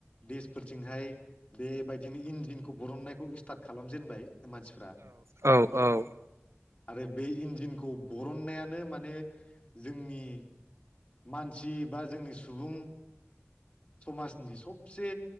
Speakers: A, on the left; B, on the right.
A: देसफोरथिंहाय बेबायदिनो इन्जिनखौ बरननायखौ स्टार्ट खालामजेनबाय मानसिफ्रा
B: औ औ। औ।
A: आरो बे इन्जिनखौ बरननायानो माने जोंनि मानसि बा जोंनि सुबुं समाजनि सबसे